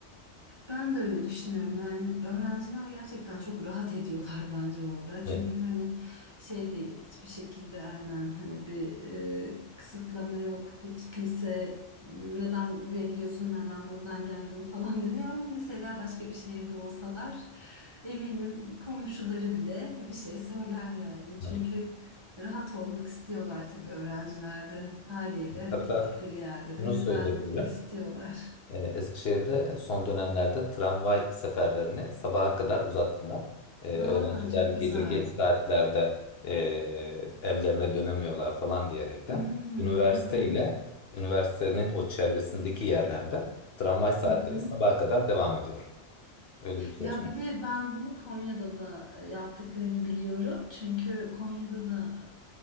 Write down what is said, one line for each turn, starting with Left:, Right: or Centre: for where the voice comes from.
Right: Ben de öyle düşünüyorum. Yani öğrenciler gerçekten çok rahat ediyorlar <laughs> bence orada.
Left: Evet.
Right: Çünkü hani şey değil hiçbir şekilde aynen hani bir e, kısıtlama yok. Hiç kimse neden buraya gidiyorsun, neden buradan geldin <laughs> falan demiyor ama mesela başka bir şehirde olsalar eminim bir komşuları bile bir şey söyler yani. Çünkü
Left: evet.
Right: rahat olmak istiyorlar tabii öğrenciler de haliyle hani
Left: Hatta
Right: gittikleri yerde
Left: şunu
Right: de bir
Left: söyleyebilirim.
Right: rahat etmek istiyorlar.
Left: E, Eskişehir'de son dönemlerde tramvay seferlerini sabaha kadar uzattılar. E,
Right: Aa
Left: öğrenciler
Right: çok
Left: gece
Right: güzel.
Left: geç saatlerde e, evlerine dönemiyorlar falan diyerekten
Right: Hmm,
Left: üniversite
Right: <laughs> Hı hı.
Left: ile üniversitenin o çevresindeki yerlerde tramvay saatleri
Right: Hı hı.
Left: sabaha kadar devam ediyor. Öyle bir çalışma.
Right: Ya bir de ben bunu Konya'da da e, yaptıklarını biliyorum. Çünkü Konya'da da